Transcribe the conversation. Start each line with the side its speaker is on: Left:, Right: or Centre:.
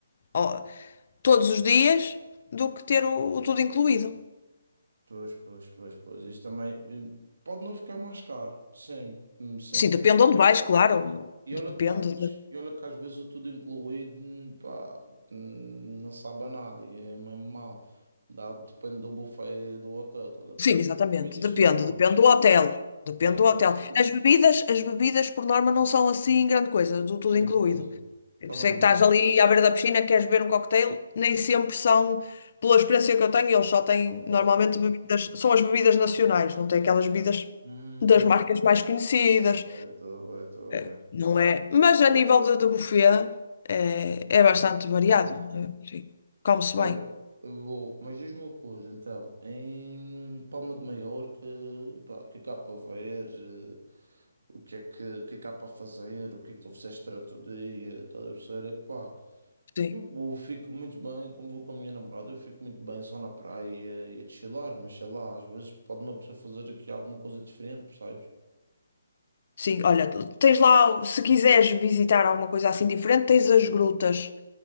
Left: ó, todos os dias do que ter o, o tudo incluído.
Right: Pois, pois, pois, pois. Isto também eh, pode não ficar mais caro. Sim, hum, sim,
Left: Sim,
Right: pode
Left: depende
Right: não
Left: onde
Right: ficar
Left: vais,
Right: mais caro.
Left: claro.
Right: E
Left: Depende.
Right: olha que talvez, e olha que às vezes o tudo incluído, hum, pá, hum, não sabe a nada e é mesmo mau. Dá, depende do buffet do hotel, estás a perceber?
Left: Sim, exatamente.
Right: Mas diz-me
Left: Depende,
Right: mais.
Left: depende do hotel. Depende
Right: Ok,
Left: do hotel.
Right: já percebi
Left: As
Right: que
Left: bebidas, as bebidas por norma não são assim grande coisa, do tudo
Right: grande
Left: incluído.
Right: coisa. Tá
Left: Sei
Right: bem,
Left: que estás
Right: mas.
Left: ali à beira da piscina, queres beber um cocktail, nem sempre são, pela experiência que eu tenho, eles só têm normalmente
Right: Top.
Left: bebidas, são as bebidas nacionais, não têm aquelas bebidas
Right: Hum.
Left: das marcas mais conhecidas.
Right: Estou bem, estou bem, estou
Left: Eh,
Right: bem.
Left: Não é? Mas a nível de, de buffet é, é bastante
Right: Tá
Left: variado.
Right: bom, então.
Left: eh, Sim. Come-se
Right: Olha,
Left: bem.
Right: eu vou, mas diz-me uma coisa, então, em Palma de Maiorca, pá, o que é que há para ver, eh, o que é que, o que é que há para fazer, o que é que tu fizeste durante o dia, tá a ver, é que pá,
Left: Sim.
Right: eu vou- fico muito bem, como vou com a minha namorada, eu fico muito bem só na praia e a chilar, mas sei lá, às vezes pode uma pessoa fazer aqui alguma coisa diferente, percebes?
Left: Sim, olha, tens lá, se quiseres visitar alguma coisa assim diferente, tens as grutas,